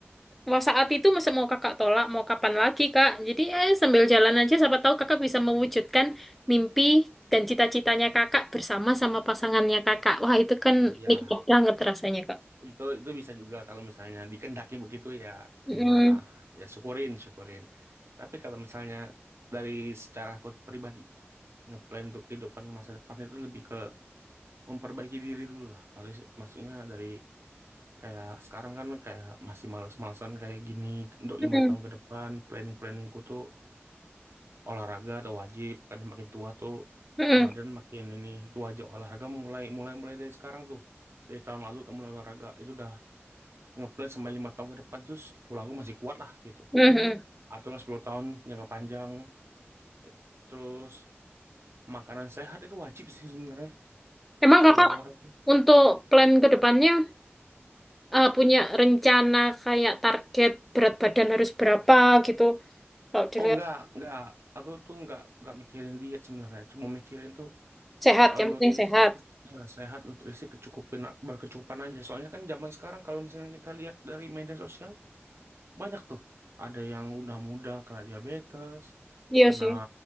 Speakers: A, in the centre; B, on the right.
A: Wah, saat itu masa mau kakak tolak, mau kapan lagi, Kak? Jadi, eh, sambil jalan aja, siapa tahu kakak bisa mewujudkan mimpi dan cita-citanya kakak bersama sama pasangannya kakak. Wah, itu kan
B: iya
A: nikmat banget rasanya, Kak.
B: itu itu bisa juga kalau misalnya dikendaki begitu ya terima
A: Mm,
B: ah, ya syukurin syukurin tapi kalau misalnya dari secara aku pribadi ngeplan untuk kehidupan masa depan itu lebih ke memperbaiki diri dulu lah maksudnya, maksudnya dari kayak sekarang kan kayak masih males-malesan kayak gini untuk
A: mm,
B: lima tahun ke depan planning-planningku tuh olahraga atau wajib kan makin tua tuh
A: mm,
B: badan makin ini itu wajib olahraga mulai mulai mulai dari sekarang tuh dari tahun lalu udah mulai olahraga itu udah ngeplay sampai lima tahun ke depan terus tulang gue masih kuat lah gitu
A: mm, mm.
B: atau nggak 10 tahun jangka panjang Eh, terus makanan sehat itu wajib sih sebenarnya
A: Emang
B: selera
A: kakak
B: itu.
A: untuk plan ke depannya eh, punya rencana kayak target berat badan harus berapa gitu? Kalau dilihat
B: oh enggak enggak aku tuh enggak enggak mikirin diet sebenarnya cuma mikirin tuh
A: sehat,
B: eh,
A: yang
B: nutrisi
A: penting sehat.
B: ke- ya, sehat nutrisi kecukupin berkecukupan aja soalnya kan zaman sekarang kalau misalnya kita lihat dari media sosial banyak tuh ada yang udah muda kena diabetes
A: Iya
B: kena
A: sih.